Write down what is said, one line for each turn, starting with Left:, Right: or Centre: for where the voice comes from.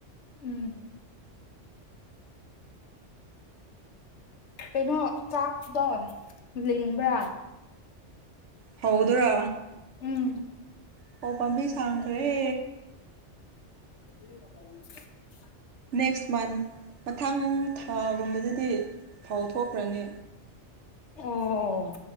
Left: ꯎꯝ ꯀꯩꯅꯣ ꯀꯥꯛꯇ ꯂꯤ ꯂꯤꯝꯕ꯭ꯔꯥ
Right: ꯍꯥꯎꯗꯔꯥ
Left: ꯎꯝ
Right: ꯍꯣ ꯄꯝꯕꯤ ꯁꯥꯡꯈ ꯔꯦ
Left: ꯎꯝ
Right: ꯅꯦꯛꯁ ꯃꯟ ꯃꯊꯪ ꯊꯥꯒꯨꯝꯕꯗꯗꯤ ꯐꯥꯎ ꯊꯣꯛꯈ꯭ꯔꯅꯤ
Left: ꯑꯣ